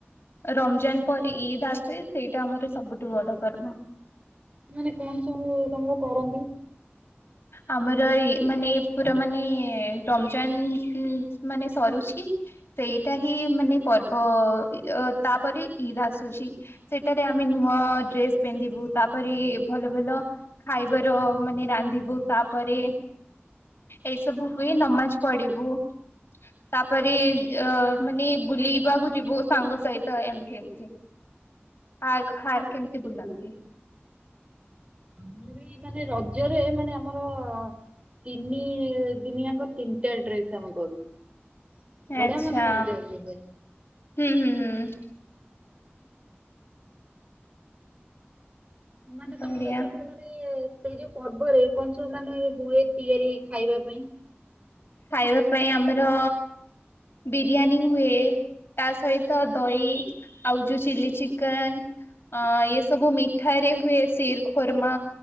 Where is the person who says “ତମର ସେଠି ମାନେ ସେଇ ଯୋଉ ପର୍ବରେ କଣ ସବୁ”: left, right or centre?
Right